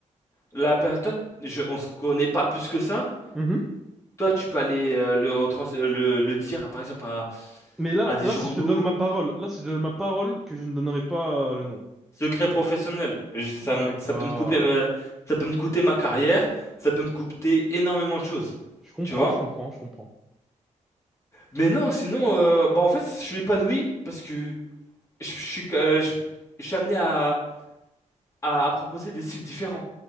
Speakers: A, on the left; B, in the centre.
A: la per- toi, je, on se connaît pas plus que ça.
B: Mhm.
A: Toi, tu peux aller euh, le, retrans- euh, le, le dire, par exemple, à,
B: Mais là,
A: à des
B: là,
A: journaux,
B: si je te donne ma parole, là, si je te donne ma parole, que je ne donnerai pas euh, le nom.
A: secret professionnel. Je- ça, me-
B: D'accord.
A: ça peut me couper, ma- ça peut me coûter ma carrière, ça peut me coûter énormément de choses.
B: Je comprends,
A: Tu vois?
B: je comprends, je comprends.
A: Mais non, sinon, euh, bah en fait, je suis épanoui parce que je, je suis, euh, je, je suis amené à, à, à proposer des styles différents,